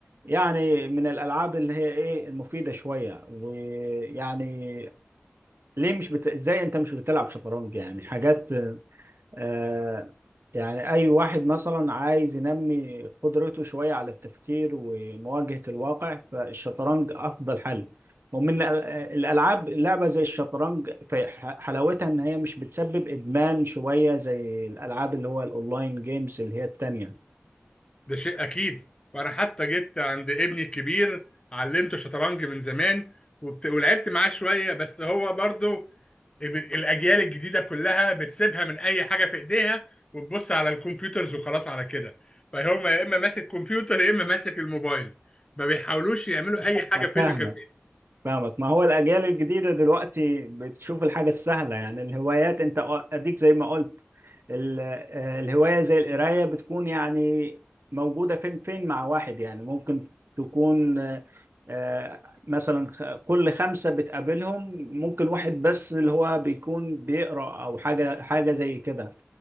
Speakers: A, on the right; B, on the left.
A: يعني من الألعاب اللي هي إيه المفيدة شوية ويعني ليه مش بت... إزاي أنت مش بتلعب شطرنج يعني حاجات آه يعني أي واحد مثلا عايز ينمي قدرته شوية على التفكير ومواجهة الواقع فالشطرنج أفضل حل ومن الأل- الألعاب لعبة زي الشطرنج في ح- حلاوتها إن هي مش بتسبب إدمان شوية زي الألعاب اللي هو الأونلاين جيمز اللي هي التانية
B: ده شيء اكيد وانا حتى جيت عند ابني الكبير علمته شطرنج من زمان وبت... ولعبت معاه شويه بس هو برضو ب- الاجيال الجديده كلها بتسيبها من اي حاجه في ايديها وتبص على الكمبيوترز وخلاص على كده فهم يا اما ماسك كمبيوتر يا اما ماسك الموبايل ما بيحاولوش يعملوا اي حاجه فيزيكال
A: فاهمك فاهمك ما هو الأجيال الجديدة دلوقتي بتشوف الحاجة السهلة يعني الهوايات أنت أديك زي ما قلت ال- آه، الهواية زي القراية بتكون يعني موجودة فين فين مع واحد يعني ممكن تكون آه، آه، مثلا خ- كل خمسة بتقابلهم ممكن واحد بس اللي هو بيكون بيقرأ أو حاجة حاجة زي كده